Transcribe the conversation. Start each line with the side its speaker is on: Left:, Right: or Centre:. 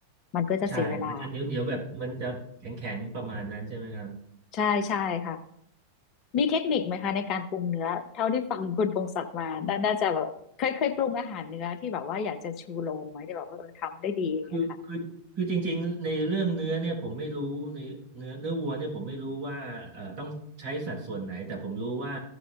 Left: มันก็จะเสียเวลา
Right: ใช่มันจะเหนียวเหนียวแบบมันจะแข็งแข็งประมาณนั้นใช่ไหมครับ
Left: ใช่ใช่ค่ะมีเทคนิคไหมคะในการปรุงเนื้อเท่าที่ฟังคุณพงศักดิ์มาน่าน่าจะแบบเคยเคยปรุงอาหารเนื้อที่แบบว่าอยากจะชูโรงไหมที่แบบว่าเออทำได้ดีอย่างเงี้ยค่ะ
Right: คือคือคือจริงๆในเรื่องเนื้อเนี่ยผมไม่รู้ในเนื้อเนื้อวัวเนี่ยผมไม่รู้ว่าเอ่อต้องใช้สัดส่วนไหนแต่ผมรู้ว่า